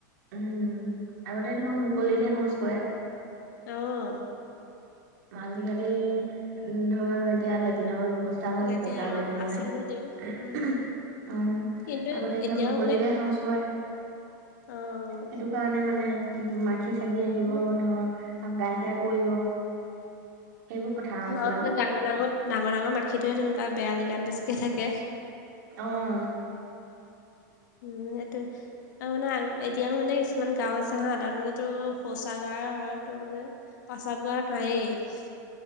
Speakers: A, on the right (about 65°); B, on the left (about 65°).
A: উম্, আগতে দেখোন মুকলিতহে শৌচ কৰে।
B: অ',
A: আজিকালি উম ধৰ এতিয়া লেট্ৰিনৰ ব্যৱস্থা পকা
B: মানে
A: হ'ল
B: এতিয়া
A: পকা
B: অ',
A: লেট্ৰিন
B: আছে
A: নহয়।
B: যদিও
A: অ
B: উম,
A: আগতে
B: কিন্তু
A: এতিয়া
B: এতিয়াও
A: মুকলিৰে
B: মানে
A: শৌচ কৰে।
B: অ'।
A: সেইটো কাৰণে মানে উম মাখি চাখি আহিব
B: মানে
A: ধৰ গাই চাই পৰিব। সেইবোৰ কথা আছিলে
B: অ ডাঙৰ
A: আৰু
B: ডাঙৰ ডাঙৰ ডাঙৰ মাখিটোহে তেনেকা বেয়া জেগাত বেছিকে থাকে।
A: অ'।
B: উম সেইটোৱে। আৰু মানে এতিয়াও মানে কিছুমান গাঁও আছে হা তাত মানে তোৰ শৌচাগাৰ আৰু তোৰ মানে প্ৰস্ৰাৱগাৰ তায়ে।